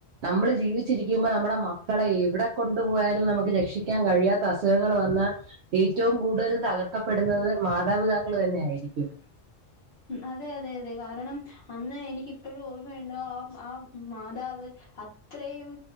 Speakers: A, on the right (about 65°); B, on the left (about 55°).
A: നമ്മള് ജീവിച്ചിരിക്കുമ്പോ നമ്മുടെ മക്കളെ എവടെ കൊണ്ടു പോയാലും നമുക്ക് രക്ഷിക്കാൻ കഴിയാത്ത അസുഖങ്ങള് വന്നാ ഏറ്റവും കൂടുതല് തകർക്കപ്പെടുന്നത് മാതാപിതാക്കൾ തന്നെ ആയിരിക്കും
B: അതെ അതെ അതെ കാരണം അന്ന് എനിക്കിപ്പഴും ഓർമ്മയുണ്ട് അ ആ മാതാവ് അത്രയും